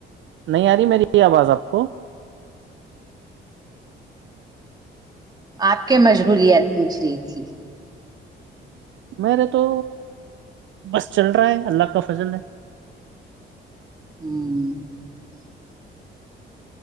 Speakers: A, on the right; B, on the right.
A: نہیں آ رہی میری یہ آواز آپ کو
B: آپ کے مشغولیات پوچھ رہی تھی
A: میرے تو بس چل رہا ہے اللہ کا فضل ہے
B: ہوں